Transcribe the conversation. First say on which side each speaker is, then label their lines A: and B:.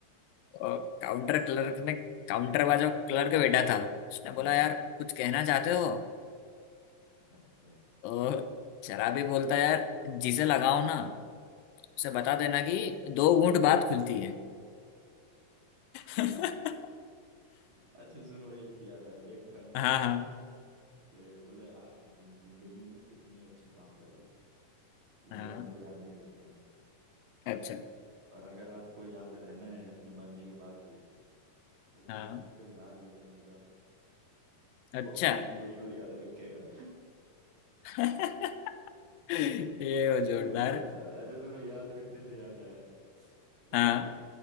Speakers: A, on the left; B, on the right.
A: और काउंटर क्लर्क ने काउंटर वाला जो क्लर्क बैठा था उसने
B: हम्म
A: बोला यार कुछ कहना चाहते हो
B: अच्छा
A: और शराबी बोलता है यार जिसे लगाओ ना उसे बता देना कि दो घूंट बात खुलती है <laughs>
B: अच्छा सुनो एक याद है एक फन
A: हाँ
B: फैक्ट
A: हाँ
B: के बोले आप दिन- जिंदगी में कितने ही अच्छे काम कर लो लोग
A: हाँ
B: आपको याद नहीं रखेंगे
A: अच्छा
B: और अगर आपको याद रहना है अपने मरने के बाद भी तो बोले
A: हाँ
B: किसी से उधार लेकर मर जाओ
A: अच्छा
B: वो अपनी जिंदगी भर याद रखेगा
A: <laughs> <laughs> ये वो जोरदार
B: भाई साहब अच्छा सुनो याद रखने से याद आया एक
A: हाँ